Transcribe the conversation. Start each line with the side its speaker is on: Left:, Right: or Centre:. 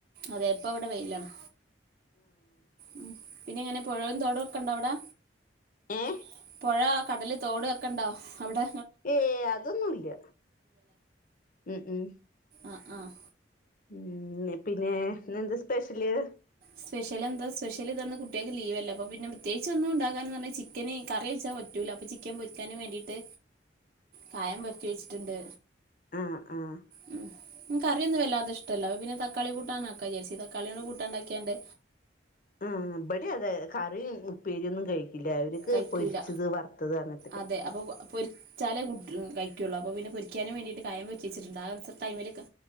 Right: അതെ ഇപ്പ ഇവടെ വെയ്ലാണ് ഉം പിന്നെ എങ്ങനെ പുഴയും തോടൊ ക്കെണ്ട അവ്ടെ
Left: ആ ഏ
Right: ഏഹ് പുഴ കടല് തോട് അഹ്ഒക്കെ ഇണ്ടോ അവ്ടെ
Left: ഏയ് ഏയ് അതൊന്നുല്ല്യ ഉം ഉം
Right: അഹ് ആഹ്
Left: ഉം ന്നെ പിന്നെ ഇന്നെന്താ സ്പെഷ്യല്
Right: സ്പെഷ്യല് എന്താ സ്പെഷ്യൽ ഇതാ ഇന്ന് കുട്ട്യാക്ക് ലീവെല്ലെ അപ്പ പിന്നെ പ്രത്യേകിച്ച് ഒന്നും ഇണ്ടാക്കാന് ന്നർഞ്ഞ ചി ക്കന് കറി വെച്ചാ പറ്റൂല അപ്പ ചിക്കൻ പൊര്ക്കാനും വേണ്ടിയിട്ട്
Left: !!!!!!!!!
Right: കായം വര്റ്റി വെച്ചിട്ട്ണ്ട്
Left: ആഹ് ആഹ്
Right: ഉം മുക്ക്റിയൊന്നും വല്ലാതെ ഇഷ്ടല്ല പിന്നെ തക്കാളി കൂട്ടാനാക്കാ വിജാര്ച്ച് തക്കാളിയോണ്ട് കൂട്ടാണ്ടാ ക്യാണ്ട്
Left: ആഹ് ഇവടി അതെ കറി, ഉപ്പേരി ഒന്നും കഴിക്കില്ല അവർക്ക്
Right: കഴിക്കൂല
Left: പൊരിച്ചത് വറുത്തത് അങ്ങനെ
Right: അതെ അപ്പോ പോരി ചെല ഗുഡ് കഴികൊള്ളു അപ്പോ പിന്നെ പൊരിക്കാ വേണ്ടിട്ട് കായം വറ്റിച്ചിട്ടുണ്ട് ആഹ് ടൈമിലോക്കെ